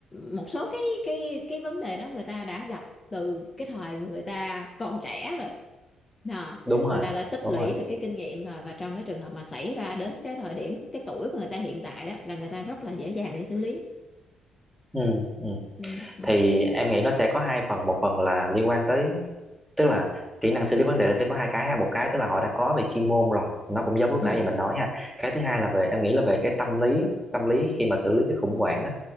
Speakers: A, on the left (about 30°); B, in the centre.
A: một số cái cái cái vấn đề đó người ta đã gặp từ cái thời mà người ta còn trẻ rồi Nà,
B: đúng rồi
A: người ta đã tích
B: đúng
A: lũy
B: rồi
A: được cái kinh nghiệm rồi và trong cái trường hợp mà xảy ra đến cái thời điểm cái tuổi của người ta hiện tại đó là người ta rất là dễ dàng để xử lý
B: ừ ừ
A: ừ, đó.
B: thì em nghĩ nó sẽ có hai phần một phần là liên quan tới tức là kỹ năng xử lý vấn đề nó sẽ có hai cái ha một cái tức là họ đã có về chuyên môn rồi nó cũng giống lúc
A: ừ.
B: nãy giờ mình nói ha cái thứ hai là về em nghĩ là về cái tâm lý tâm lý khi mà xử lý cái khủng hoảng á